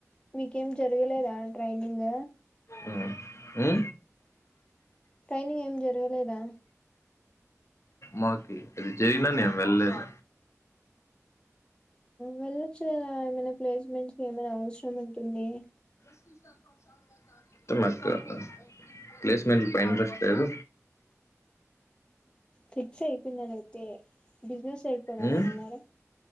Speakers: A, on the left (about 20°); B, on the left (about 60°).
A: మీకేం జరగలేదా ట్రైనింగ్,
B: ఉ ఊ
A: ట్రైనింగ్ ఏం జరగలేదా,
B: మాకు అది జరిగినా నేను వెళ్ళలేదు,
A: వెళ్ళొచ్చు కదా ఏమైనా ప్లేస్మెంట్స్ కి ఏమైనా అవసరం ఉంటుంది.
B: <unintelligible> ప్లేస్మెంట్ల టైం వెస్ట్ కాదు
A: ఫిక్స్ అయి పోయినావు అయితే బిజినెస్ వెళ్లిపోవాలని
B: ఉమ్
A: ఉన్నారా,